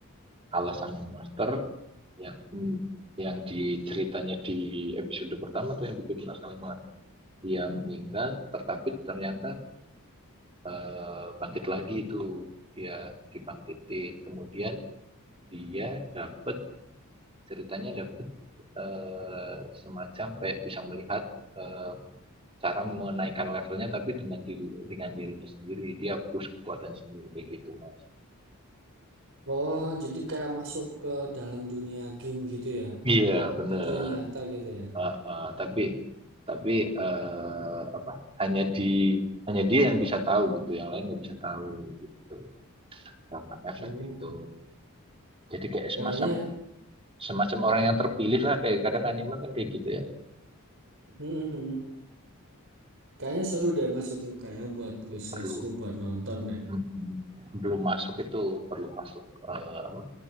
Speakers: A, on the right (about 25°); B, on the right (about 60°).
A: kalah sama monster yang yang diceritanya di episode pertama tuh yang bikin penasaran banget. Dia meninggal, tetapi ternyata eh, bangkit lagi itu dia dibangkitin. Kemudian dia dapat ceritanya dapat eh, semacam kayak bisa melihat eh, cara menaikkan levelnya tapi dengan diri dengan dirinya sendiri dia push kekuatan sendiri kayak gitu mas
B: Oh, jadi kayak masuk ke dalam dunia game gitu ya.
A: iya
B: Tapi
A: benar
B: dia nyata gitu ya.
A: Ah, ah, tapi tapi eh, apa hanya di hanya dia yang bisa tahu gitu yang lain nggak bisa tahu gitu karena efek
B: Hmm,
A: itu jadi kayak
B: kayaknya,
A: semacam semacam orang yang terpilih lah kayak kadang anime kan kayak gitu ya
B: hmm, hmm, hmm. kayaknya seru deh Mas itu. Kayaknya buat wishlistku
A: perlu
B: buat nonton deh.
A: Mm-hmm. belum masuk itu perlu masuk eh, apa